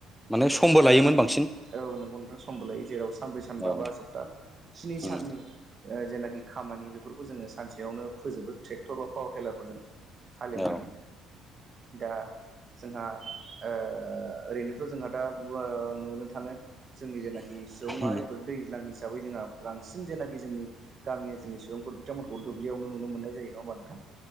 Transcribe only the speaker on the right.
।
दा
औ नंगौ । समबोलायो जेराव सानब्रै सानबा
बा सप्ता स्नि साननि
जेनाखि खामानि बेफोरखौ जोङो सानसेयावनो फोजोबो ट्रेक्टर बा पावार टलारफोरजों हालेवनानै
दा जोंहा ओरैनोथ' जोंहा दा नुनो थाङो जोंनि जेनाखि सुबुंमाहारि
दैज्लां हिसाबै जोंहा बांसिन जेनाखि जोंनि गामि ओनसोलनि सुबुंफोर बिथांमोनखौ दुब्लियावनो नुनो मोननाय जायो । जायो नङा होनोमबा नोंथाङां